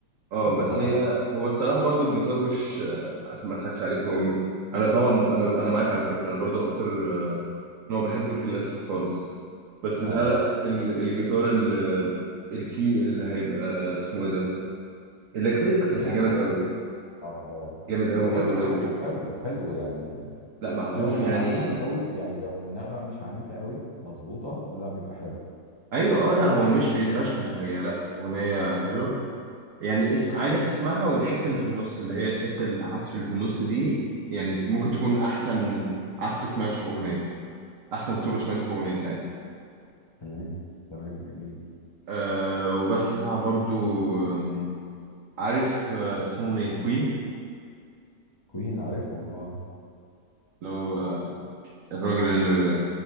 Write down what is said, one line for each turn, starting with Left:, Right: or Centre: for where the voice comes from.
Right: اه
Left: نجربها
Right: بس هي هو الصراحه برضو الجيتار مش آه، عشان ما اضحكش عليك هو م- انا طبعا انا انا معاك على فكره انا برضو اكتر نوع بحبه الكلاسيك خالص بس ده
Left: اه
Right: ال- الجيتار ال- الفي اللي هيبقى اسمه ايه ده الكتريك
Left: الالكتريك
Right: بس جامد قوي
Left: اه اه
Right: جامد قوي
Left: هو برضه
Right: قوي
Left: الالكتريك
Right: قوي
Left: حلو حلو يعني
Right: لا معزوف
Left: لو مش
Right: يعني
Left: عنيف قوي يعني لو من نغمة مش عنيفة قوي مظبوطة لا بيبقى حلو
Right: ايوه اه لا هو مش بيتغشموا هي لا اغنيه حلوه يعني اسم عايزك تسمعها والحته اللي في النص اللي هي الحته العزف اللي في النص دي يعني ممكن تكون احسن عزف سمعته في اغنيه احسن سولو سمعته في اغنيه ساعتها
Left: تمام تمام جميل
Right: أه وبسمع برضو آه، عارف آه، اسمهم ايه كوين
Left: كوين عارفهم اه
Right: اللي هو بقى الراجل اللي